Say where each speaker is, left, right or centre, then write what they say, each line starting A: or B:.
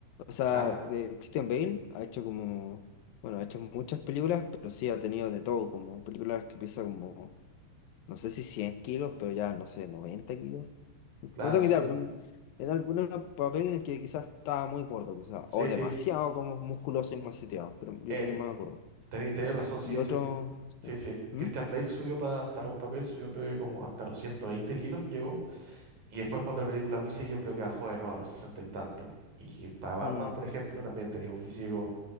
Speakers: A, on the left (about 70°); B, on the right (about 35°).
A: O sea,
B: claro,
A: de Christian Bale ha hecho como, bueno, ha hecho muchas películas, pero sí ha tenido de todo, como películas que pesan como, no sé si 100 kilos, pero ya, no sé, 90 kilos. No
B: claro,
A: tengo
B: sí.
A: idea, pero en, en algún papel en el que quizás estaba muy gordo, quizás,
B: Sí,
A: o demasiado
B: sí.
A: como musculoso y maceteado, pero yo
B: Eh,
A: creo que más gordo.
B: tení- tenés razón, sí,
A: Y
B: de
A: otro,
B: hecho, Chris-
A: sí.
B: sí, sí.
A: ¿Mm?
B: Christian Bale subió pa- para un papel, subió creo que como hasta los 120 kilos llegó. Y después para otra película muy seguido creo que bajó de nuevo a los 60 y tantos. Y para Batman,
A: Mm,
B: por ejemplo, también tenía un físico